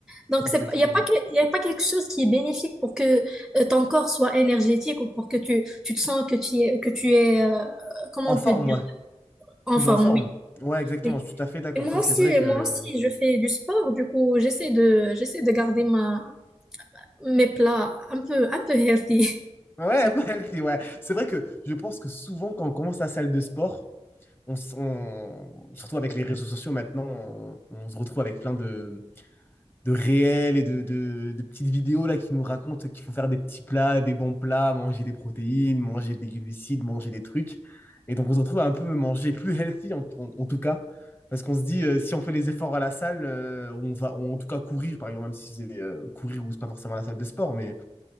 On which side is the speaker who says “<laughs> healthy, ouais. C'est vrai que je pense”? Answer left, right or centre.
Left